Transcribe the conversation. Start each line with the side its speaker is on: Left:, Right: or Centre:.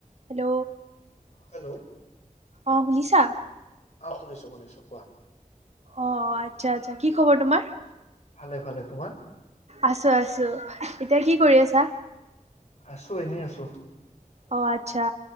Right: হেল্ল'।
Left: হেল্ল'।
Right: অ' শুনিছা?
Left: অ' শুনিছো শুনিছো, কোৱা।
Right: অ' আচ্ছা আচ্ছা, কি খবৰ তোমাৰ?
Left: ভালে ভালে, তোমাৰ?
Right: আছো আছো। এতিয়া কি কৰি আছা
Left: আছো এনেই আছো।
Right: অ' আচ্ছা।